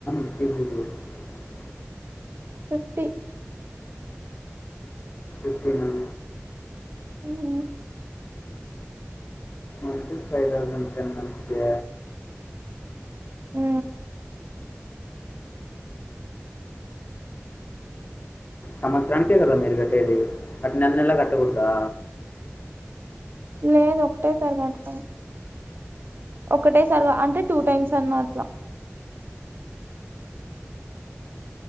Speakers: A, on the left; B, on the right.
A: <inaudible>
B: ఫిటీ
A: ఇచ్చినం
B: ఉ హు
A: మనకి ఫైవ్ టెన్ అంతే
B: ఉ
A: సంవత్సరానికే కదా మీరు కట్టేది బట్ నెల నెలా కట్టకూడదా
B: లేదు ఒకటే కడతాము మేము ఒకటే సర్ అంటే టూ టైమ్స్ అన్నా అట్లా